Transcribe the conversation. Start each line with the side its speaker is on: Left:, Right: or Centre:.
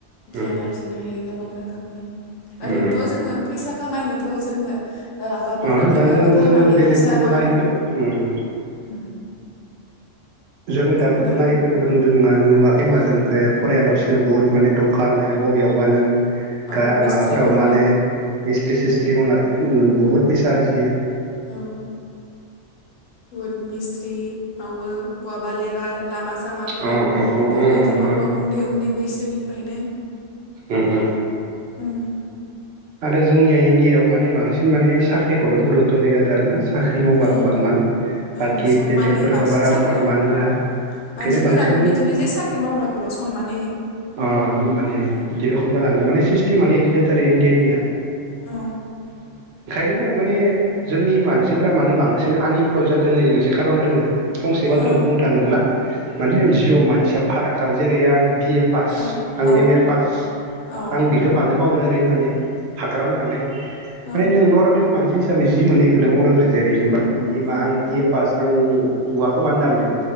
Left: गियान
Right: उम
Left: आरजिनो हायो गोबां रोखोमनि। ओरैनोथ'
Right: उम उम
Left: जोङो फैसा खामायनोथ' जोङो ओ आबाद मावनानैबाबो
Right: ओ दा जों-जोङो
Left: फाननानै
Right: बेलेग
Left: फैसा
Right: गुबुनारिफोरखौ
Left: मावनो
Right: उम।
Left: उम
Right: जोङो
Left: गुबुन
Right: दा गुबुनारिफोरखौबो नुदों नुवाखै होमबा
Left: औ
Right: जोंखौ फरायाल'सिनो
Left: औ
Right: बुहुत माने दखान मा बबेयावबा नों
Left: औ
Right: गा
Left: मिस्थ्रि
Right: माबाफोराव
Left: मावो
Right: माने मिस्थ्रि
Left: उम,
Right: सिस्थ्रि मावनानै बुहुद फैसा आरजियो।
Left: औ बुहुद मिस्थ्रि मावो बहाबा लेबार लामा सामाफोराव
Right: अ
Left: बेफोर
Right: अ अ
Left: बायदि
Right: अ
Left: मावो
Right: अ
Left: उन्दै उन्दै बैसोनि ओंखायनो
Right: उम उम।
Left: उम।
Right: आरो जोंनिया इण्डियाआव माने बांसिन माने साख्रिखौल' गुरुतथ' होनाय जादों आरो ना। साख्रि मावबाल
Left: ओं
Right: हतमान बाखि
Left: ओं सनमान
Right: बेलेगफोरखौ
Left: होयो बांसिन
Right: बारा
Left: साख्रि
Right: हतमान
Left: ओं
Right: होआ। बेखायनो
Left: मानसिफोराबो
Right: बांसिन
Left: बिदिनो जे साख्रि मावग्राखौल' सतमान होयो।
Right: अ माने
Left: उम
Right: बिदि रखम जालांदों माने सिस्टेमानो इदि जाथारो इण्डियाननिया।
Left: औ।
Right: ओंखायनो माने जोंनि मानसिफोरा मानो बांसिन आनइमप्लय जादों होननायनायनि मोनसे खारन दोङो। गंसे बाथ्रा
Left: औ
Right: बुंनो थाङोब्ला माने जिउआव मानसिया फाराग खालाम जेरै आं बि-ए पास
Left: औ
Right: आं
Left: औ
Right: एम-ए पास
Left: औ
Right: आं बेखौ मानो मावनो ओरै होननानै थाग्रान नालाय ओमफ्राय
Left: ओं
Right: नों नरमेल मानसि हिसाबै जि मोनो इखौनो मावनांगौ जेरै एबा बियो
Left: ओं
Right: मा आं बि-ए पास आं औवाखौ मानो दाननो